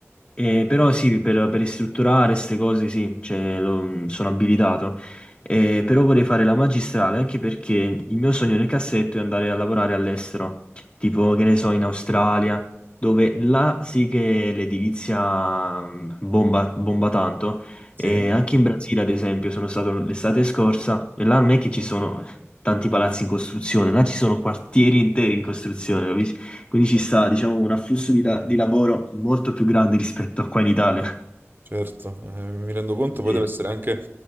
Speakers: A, on the left (about 25°); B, on the right (about 45°).
A: Eh, però sì, per, per ristrutturare queste cose sì, cioè, lo- sono abilitato. Eh, però vorrei fare la magistrale anche perché il mio sogno nel cassetto è andare a lavorare all'estero, tipo che ne so, in Australia, dove là sì che l'edilizia mh, bomba, bomba tanto.
B: sì,
A: E anche in Brasile, ad esempio, sono stato l'estate scorsa e là non è che ci sono tanti palazzi in costruzione, là ci sono quartieri interi in costruzione, ho quindi
B: sì,
A: ci sta, diciamo, un afflusso di, la- di lavoro molto più grande rispetto a qua in Italia.
B: certo, eh, mi rendo conto, poi
A: Sì,
B: deve essere anche,